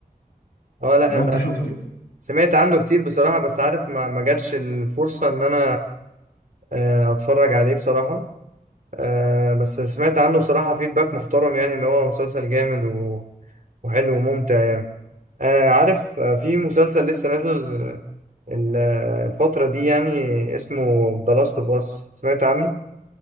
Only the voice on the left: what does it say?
لو
انت شفته